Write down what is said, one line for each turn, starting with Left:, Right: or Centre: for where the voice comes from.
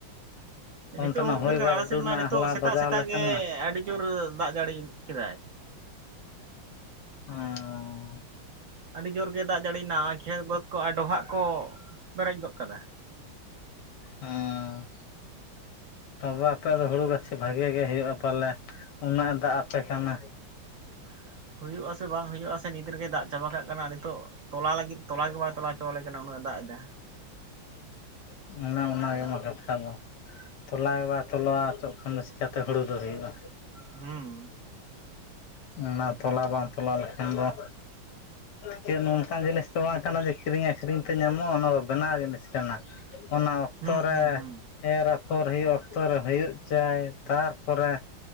Left: ᱚᱱᱛᱮᱱᱟᱜ
Right: ᱱᱤᱛᱚᱜ ᱦᱚᱸ ᱩᱫᱽᱜᱟᱹᱨ
Left: ᱦᱚᱭ ᱵᱟᱹᱨᱰᱩ
Right: ᱠᱟᱱᱟ ᱟᱞᱮ ᱥᱮᱫ
Left: ᱨᱮᱱᱟᱜ
Right: ᱢᱟ ᱱᱤᱛᱚᱜ
Left: ᱦᱟᱞᱟ
Right: ᱥᱮᱛᱟᱜ
Left: ᱵᱟᱡᱟᱣ
Right: ᱥᱮᱛᱟᱜ
Left: ᱞᱮᱠᱟᱱᱟ
Right: ᱜᱮ ᱟᱹᱰᱤ ᱡᱳᱨ ᱫᱟᱜ ᱡᱟᱹᱲᱤ ᱠᱮᱫᱟᱭ᱾ <inaudible>
Left: ᱚᱸᱻ
Right: ᱟᱹᱰᱤ ᱡᱳᱨ ᱜᱮ ᱫᱟᱜ ᱡᱟᱹᱲᱤᱭᱮᱱᱟ ᱠᱷᱮᱛ ᱵᱟᱹᱫᱽ ᱠᱚ ᱟᱨ ᱰᱚᱵᱷᱟᱜ ᱠᱚ ᱯᱮᱨᱮᱡ ᱜᱚᱫ ᱠᱟᱫᱟ᱾
Left: ᱟᱸᱻ
Right: <inaudible>
Left: ᱛᱚᱵᱮ ᱟᱯᱮ ᱫᱚ ᱦᱩᱲᱩ ᱜᱟᱹᱪᱷᱤ ᱵᱷᱟᱜᱤ ᱜᱮ ᱦᱩᱭᱩᱜᱼᱟ ᱯᱟᱞᱮ ᱩᱱᱟᱹᱜ ᱫᱟᱜ ᱟᱯᱮ ᱠᱟᱱᱟ᱾
Right: <inaudible> ᱦᱩᱭᱩᱜ ᱟ ᱥᱮ ᱵᱟᱝ ᱦᱤᱭᱩᱜᱟ, ᱥᱮ ᱱᱤᱛ ᱨᱮᱜᱮ ᱫᱟᱜ ᱪᱟᱵᱟ ᱠᱟᱜ ᱠᱟᱱᱟᱭ᱾ ᱱᱤᱛᱚᱜ ᱛᱚᱞᱟ ᱞᱟᱜᱤᱫ ᱛᱚᱞᱟ ᱜᱮ ᱵᱟᱭ ᱛᱚᱞᱟ ᱦᱚᱪᱚᱣᱟᱞᱮ ᱠᱟᱱᱟ ᱩᱱᱟᱹᱜ ᱮ ᱫᱟᱜ ᱮᱫᱟ᱾ <inaudible>
Left: ᱦᱮᱸ <unintelligible> ᱠᱟᱛᱷᱟ ᱫᱚ ᱛᱚᱞᱟ ᱜᱮ ᱵᱟᱭ ᱛᱚᱞᱟ ᱦᱚᱪᱚ ᱠᱷᱟᱱ ᱫᱚ ᱪᱤᱠᱟᱛᱮ ᱦᱩᱲᱩ ᱫᱚ ᱦᱩᱭᱩᱜᱼᱟ᱾
Right: ᱦᱩᱸ
Left: ᱚᱱᱟ ᱛᱚᱞᱟ ᱵᱟᱝ ᱛᱚᱞᱟ ᱞᱮᱠᱷᱟᱱ ᱫᱚ ᱪᱮᱫ ᱱᱚᱝᱠᱟᱱ ᱡᱤᱱᱤᱥ ᱫᱚ ᱵᱟᱝ ᱠᱟᱱᱟ ᱡᱮ ᱠᱤᱨᱤᱧ ᱟᱹᱠᱷᱨᱤᱧ ᱛᱮ ᱧᱟᱢᱚᱜᱼᱟ ᱚᱱᱟ ᱫᱚ ᱵᱮᱱᱟᱣ ᱡᱤᱱᱤᱥ ᱠᱟᱱᱟ᱾ ᱚᱱᱟ ᱚᱠᱛᱚ
Right: ᱦᱩᱸ
Left: ᱨᱮ
Right: ᱦᱩᱸ ᱦᱩᱸ
Left: ᱮᱨ ᱚᱨ ᱦᱩᱭᱩᱜ ᱚᱠᱛᱚ ᱨᱮ ᱦᱩᱭᱩᱜ ᱪᱟᱭ ᱛᱟᱨᱯᱚᱨᱮ